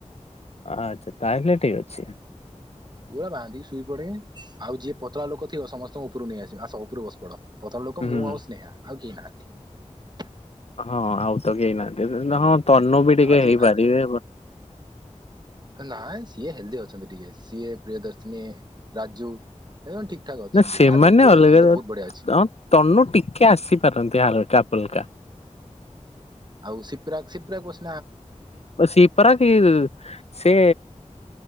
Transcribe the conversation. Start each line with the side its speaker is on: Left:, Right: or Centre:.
Left: ଆ୍ଛା ତାହଲେ ଟିକ ହଛି
Right: ପୁରା ବାଧନ୍ତିିକି ଶୋଇ ପଡିବି ଆଉ ଯିଏ ପତଳା ଲୋକ ଥିବ ସମସ୍ତଙ୍କ ଉପରୁ ନେଇ ଆସିବି ଆସ ଉପରୁ ବସ ପଡ ପଥର ଲୋକ
Left: ହୁଁ।
Right: ମୁଁ ଆଉ ସ୍ନେହା ଆଉ କେି ନାହାନ୍ତି।
Left: ହଁ ଆଉ ତ କେନାହାନ୍ତି ହଁ। ତନୁ ବି ଟିକେ
Right: ଆଜି
Left: ହେଇପାରିବେ
Right: ନ ସିଏ ହେଲ୍ଦି ଅଛନ୍ତି ଟିକେ ସିଏ ପ୍ରିୟ ଦର୍ଶିନୀ ରାଜୁ ଏ ଠିକ ଠାକ୍ ଅଛନ୍ତି
Left: ନା ସେମାନେ
Right: ଆଦିତ୍ୟ
Left: ଅଲଗା
Right: ସିଏ ତ ବହୁତ ବଢିଆ ଅଛି।
Left: ତନୁ ଟିକେ ଆସିପାରନ୍ତି ହାଲକା ଫଲକା
Right: ଆଉ ସପ୍ରା ସିପ୍ରା ବସ
Left: ସିପରା କି ସେ